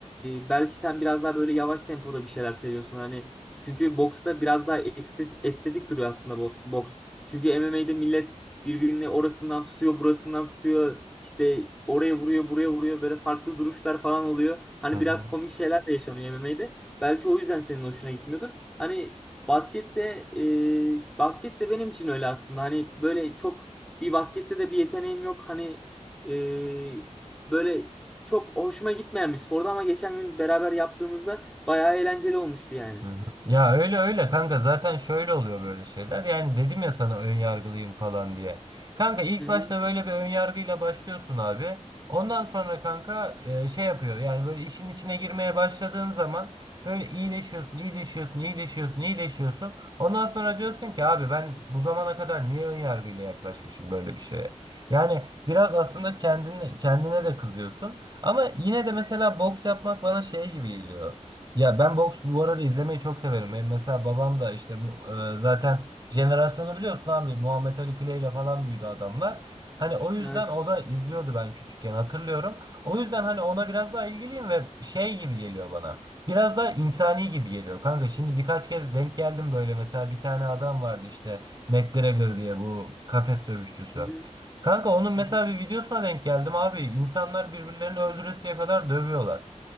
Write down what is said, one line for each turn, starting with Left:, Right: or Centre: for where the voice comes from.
Centre: e, belki sen biraz daha böyle yavaş tempoda bir şeyler seviyorsun. Hani çünkü boksta biraz daha estetik, estetik duruyor aslında bo- boks. Çünkü MMA'de millet Birbirini orasından tutuyor, burasından tutuyor. İşte oraya vuruyor, buraya vuruyor. Böyle farklı duruşlar falan oluyor. Hani
Right: Hı hı.
Centre: biraz komik şeyler de yaşanıyor MMA'de. Belki o yüzden senin hoşuna gitmiyordur. Hani baskette e, basket de benim için öyle aslında. Hani böyle çok bir baskette de bir yeteneğim yok. Hani e, böyle çok hoşuma gitmeyen bir spordu ama geçen gün beraber yaptığımızda bayağı eğlenceli olmuştu yani.
Right: Hı hı. Ya öyle öyle kanka zaten şöyle oluyor böyle şeyler. Yani dedim ya sana ön yargılıyım falan diye. Kanka ilk
Centre: Hı
Right: başta
Centre: hı.
Right: böyle bir ön yargıyla başlıyorsun abi. Ondan sonra kanka e, şey yapıyor. Yani böyle işin içine girmeye başladığın zaman böyle iyileşiyorsun, iyileşiyorsun, iyileşiyorsun, iyileşiyorsun. Ondan sonra diyorsun ki abi ben bu zamana kadar niye ön yargıyla yaklaşmışım böyle bir şeye? Yani biraz aslında kendine kendine de kızıyorsun. Ama yine de mesela boks yapmak bana şey gibi geliyor. Ya ben boks bu arada izlemeyi çok severim. Benim mesela babam da işte mu- e, zaten jenerasyonu biliyorsun abi Muhammed Ali Clay ile falan büyüdü adamlar. Hani o yüzden
Centre: Evet.
Right: o da izliyordu ben küçükken hatırlıyorum. O yüzden hani ona biraz daha ilgiliyim ve şey gibi geliyor bana. Biraz daha insani gibi geliyor kanka. Şimdi birkaç kez denk geldim böyle mesela bir tane adam vardı işte McGregor diye bu kafes dövüşçüsü.
Centre: Hı hı.
Right: Kanka onun mesela
Centre: Hı hı.
Right: bir videosuna denk geldim abi. İnsanlar birbirlerini öldüresiye kadar dövüyorlar.